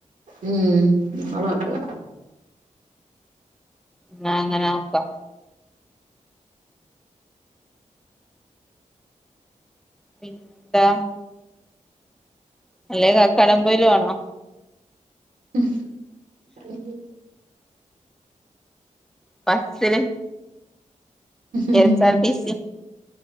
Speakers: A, on the right (about 80°); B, in the centre.
A: ഉം നാളാക്കാ
B: ന്നാ അങ്ങനെ നോക്കാ പിന്നെന്താ അല്ലെ കക്കാടംപൊയീല് പോണോ
A: ഹും. അല്ലങ്കി
B: ബസ്സിന് കെ
A: ഉം
B: സാ ആർ ടി സി